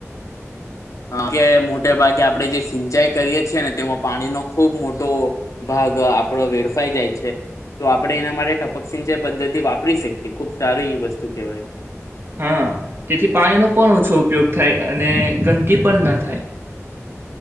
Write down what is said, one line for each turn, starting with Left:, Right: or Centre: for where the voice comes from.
Left: હા કે મોટે ભાગે આપડે જે સિંચાઈ કરીએ છીએ અને તેમાં પાણીનો ખૂબ મોટો ભાગ આપડો વેડફાઈ જાય છે તો આપડે એના માટે ટપક સિંચય પદ્ધતિ વાપ પરી શકીએ ખુબ સારી એ વસ્તુ તું કેવાય.
Right: હા તેથી પાણીનો પણ ઓછો ઉપયોગ થાય અને ગંદકી પણ ના થાય.